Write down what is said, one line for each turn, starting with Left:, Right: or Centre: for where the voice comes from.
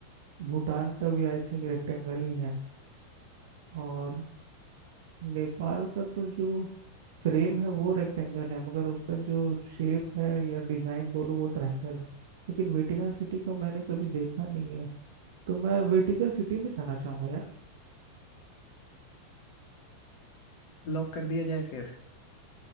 Right: भूटान का भी आई थिंक रेक्टेंगल ही है और नेपाल का तो जो फ्रेम है वो रेक्टेंगल है मगर उसका जो शेप है या डिजाइन बोलो वो ट्रायंगल है लेकिन वेटिकन सिटी को मैंने कभी देखा नहीं है तो मैं वेटिकन सिटी में जाना चाहूंगा यार
Left: लॉक कर दिया जाए फिर